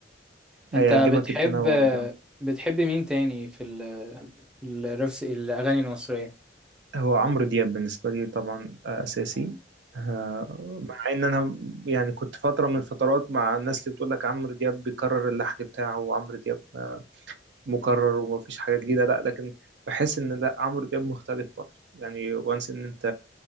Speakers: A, in the centre; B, on the right (about 70°).
A: انت
B: هيعجبك
A: بتحب
B: التنوع بتاعه
A: بتحب مين تاني في ال الرفس الاغاني المصريه
B: هو عمرو دياب بالنسبة لي طبعا آه، أساسي آه، مع إن أنا يعني كنت فترة من الفترات مع الناس اللي بتقول لك عمرو دياب بيكرر اللحن بتاعه وعمرو دياب آه، مكرر ومفيش حاجة جديدة لا لكن بحس إن لا عمرو دياب مختلف برضه يعني وانس إن أنت